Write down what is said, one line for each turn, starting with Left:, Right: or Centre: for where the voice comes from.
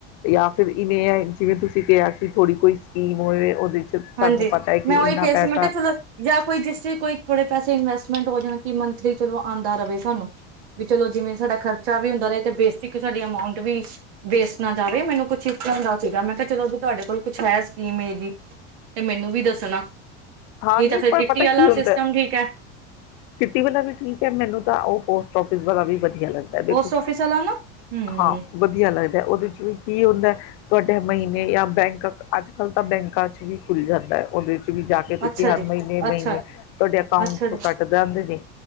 Left: ਜਾਂ ਫਿਰ ਇੰਨੇ ਨੇ। ਜਿਵੇਂ ਤੁਸੀਂ ਕਿਹਾ, ਕਿ ਥੋਡ੍ਹੀ ਕੋਈ ਸਕੀਮ ਹੋਵੇ, ਉਹਦੇ 'ਚ
Right: ਹਾਂਜੀ
Left: ਸਾਨੂੰ ਪਤਾ ਹੈ
Right: ਮੈਂ
Left: ਕਿ
Right: ਉਹ
Left: ਇੰਨਾ
Right: ਇੱਕ
Left: ਪੈਸਾ
Right: ਸੀ ਮੈਂ ਕਿਹਾ ਚਲੋ ਜਾਂ ਕੋਈ ਜਿਸ ਚ ਕੋਈ ਰਜੀਸਟਰੀ ਥੋੜੇ ਪੈਸੇ ਇਨਵੈਸਟ ਮੈਮ, ਦੋ ਜਣਿਆ ਕਿ ਮੰਥਲੀ ਚਲੋ ਆਉਂਦਾ ਰਹੇ ਸਾਨੂੰ, ਵੀ ਚਲੋ, ਜਿਵੇਂ ਸਾਡਾ ਖਰਚਾ ਵੀ ਹੁੰਦਾ ਰਹੇ ਤੇ ਬੇਸਿਕ ਸਾਡੀਆਂ ਮਾਊਂਟ ਵੀ ਵੇਸਟ ਨਾ ਜਾਵੇ, ਮੈਨੂੰ ਕੁਛ ਇਸ ਤਰ੍ਹਾਂ ਦਾ ਸੀਗਾ, ਮੈਂ ਕਿਹਾ ਚਲੋ, ਤੁਹਾਡੇ ਕੋਲ ਕੁਛ ਹੈ ਸਕੀਮ ਏਹੇ ਜੀ? ਤੇ ਮੈਨੂੰ ਵੀ ਦੱਸਣਾ।
Left: ਹਾਂ ਨਹੀਂ
Right: ਫੇਰ
Left: ਤਾਂ
Right: ਕਿੱਟੀ
Left: ਪਤਾ
Right: ਵਾਲਾ
Left: ਕੀ ਹੁੰਦਾ,
Right: ਸਿਸਟਮ ਠੀਕ ਹੈ
Left: ਕਿੱਟੀ ਵਾਲਾ ਵੀ ਠੀਕ ਹੈ, ਮੈਨੂੰ ਤਾਂ ਉਹ ਪੋਸਟ ਆਫ਼ਿਸ ਵਾਲ਼ਾ ਵੀ <unintelligible> ਵਧਿਆ ਲੱਗਦਾ,
Right: ਪੋਸਟ
Left: ਦੇਖੋ,
Right: ਆਫਿਸ ਵਾਲਾ ਨਾ ਹਮ
Left: ਹਾਂ ਵਧੀਆ ਲੱਗਦਾ, ਉਹਦੇ ਚ ਕੀ ਹੁੰਦਾ? ਤੁਹਾਡੇ ਮਹੀਨੇ ਜਾਂ ਬੈਂਕ, ਅੱਜ ਕੱਲ੍ਹ ਤਾਂ ਬੈਂਕਾਂ ਚ ਵੀ ਖੁੱਲ ਜਾਂਦਾ ਹੈ, ਉਹਦੇ ਚ। ਵੀ ਜਾ ਕੇ ਤੁਸੀਂ
Right: ਅੱਛਾ
Left: ਨਹੀਂ
Right: ਜੀ
Left: ਨਈਂ ਨਈਂ
Right: ਅੱਛਾ
Left: ਨਈਂ ਤੁਹਾਡੇ ਅਕਾਊਂਟ
Right: ਅੱਛਾ ਜੀ
Left: ਚੋਂ ਕੱਟ ਜਾਂਦੇ ਨੇ,